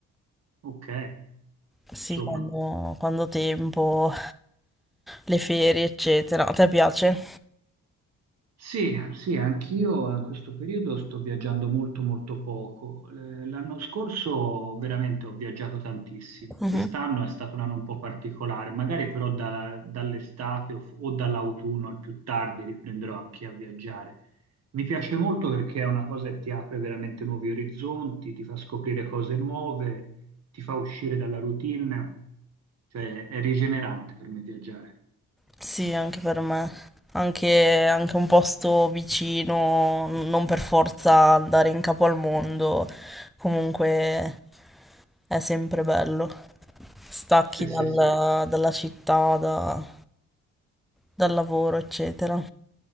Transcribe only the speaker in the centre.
Sì,
quando, quando ho tempo, le ferie, eccetera. A te piace?
Mhm.
Sì, anche per me. Anche, anche un posto vicino, n- non per forza andare in capo al mondo, comunque è sempre bello. Stacchi
dal-
dalla città, da- dal lavoro, eccetera.